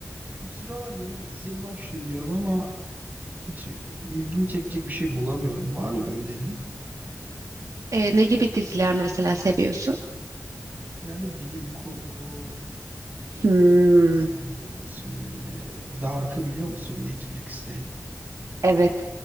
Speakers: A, on the right; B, on the right.
A: Şu sıralar yeni bir diziye başlayayım diyorum ama hiç ilgimi çekecek bir şey bulamıyorum. Var mı bir önerin?
B: E, ne gibi diziler mesela seviyorsun?
A: Genelde bilim kurgu biraz
B: Hmm,
A: gizemli olsun böyle. Dark'ı biliyor musun? Netflix'te
B: evet,